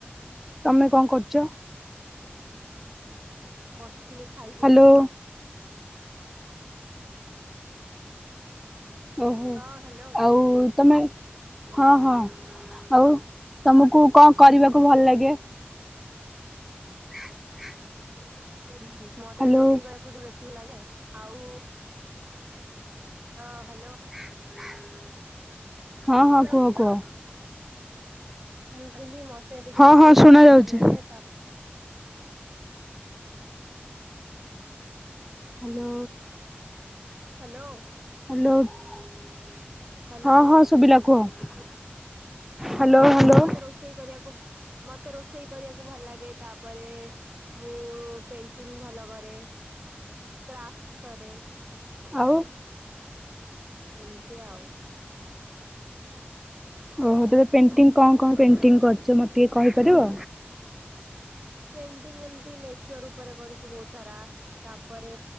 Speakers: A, in the centre; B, on the right (about 35°).
A: ତମେ କଣ କରୁଚ?
B: ସମସ୍ତେ। ଥିଲେ ଖାଇଦଉଥିଲେ
A: ହାଲୋ
B: ଆଉ।
A: ଓହୋ
B: ହଁ ହ୍ୟାଲୋ।
A: ଆଉ ତମେ ହଁ ହଁ ଆଉ ତମକୁ କଣ କରିବାକୁ ଭଲ ଲାଗେ? <inaudible>
B: <inaudible> ମତେ
A: ହାଲୋ
B: ରୋଷେଇ କରିବାକୁ ଟିକେ ବେଶୀ ଆଉ ହଁ ହାଲୋ।
A: <inaudible> ହଁ
B: ଶୁଣାଯାଉଛି
A: ହଁ କୁହ
B: ତ
A: କୁହ
B: ମୁଁ କହିଲି ମତେ ଟିକେ
A: ହଁ
B: ରୋଷେଇ
A: ହଁ ଶୁଣା
B: କରିବାକୁ
A: ଯାଉଛି।
B: ଭଲ ଲାଗେ ତା <inaudible> <inaudible>
A: ହାଲୋ।
B: ହାଲୋ।
A: ଲୋପ
B: ହ୍ୟାଲୋ
A: ହଁ ହଁ ଶୁବିଲା କୁହ। ହାଲୋ
B: ମୁଁ କହିଲି
A: ହାଲୋ
B: ମତେ ରୋଷେଇ କରିବାକୁ ମତେ ରୋଷେଇ କରିବାକୁ ଭଲ ଲାଗେ। ତାପରେ ମୁଁ ପେଣ୍ଟିଙ୍ଗ ଭଲ କରେ କ୍ରାପଟ କରେ।
A: ଆଉ
B: ଏମତି ଆଉ।
A: ଓହୋ ତମ ପେଣ୍ଟିଙ୍ଗ କଣ କଣ ପେଣ୍ଟିଙ୍ଗ କରୁଛ ମତେ ଟିକେ କହିପାରିବ?
B: ପେଣ୍ଟିଙ୍ଗ ଏମତି ନେଚର ଉପରେ କରିଛି ବହୁତ ସାରା ତାପରେ